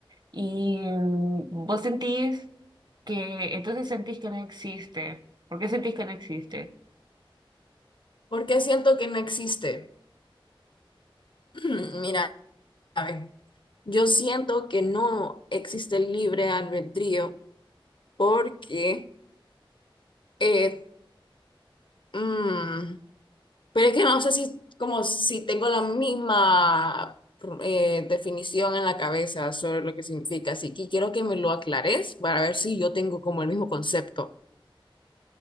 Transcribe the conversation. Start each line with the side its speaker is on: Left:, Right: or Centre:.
Right: Y mm, vos sentís que, entonces sentís que no existe. ¿Por qué sentís que no existe?
Left: porque siento que no existe. <clears throat> Mira, a ver, yo siento que no existe libre albedrío porque... eh, Mm, Pero es que no sé si, como si tengo la misma eh, definición en la cabeza sobre lo que significa, así que quiero que me lo aclares para ver si yo tengo como el mismo concepto.